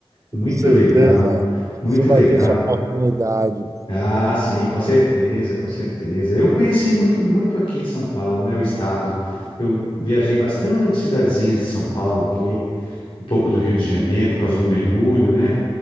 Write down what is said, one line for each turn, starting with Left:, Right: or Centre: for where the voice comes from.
Left: Muito
Right: tenho certeza,
Left: legal, muito
Right: você vai
Left: legal.
Right: ter sua oportunidade.
Left: Ah, sim, com certeza, com certeza. Eu conheci muito, muito aqui em São Paulo, né, o estado. Eu viajei bastante cidadezinhas de São Paulo aqui, um pouco do Rio de Janeiro por causa do mergulho, né?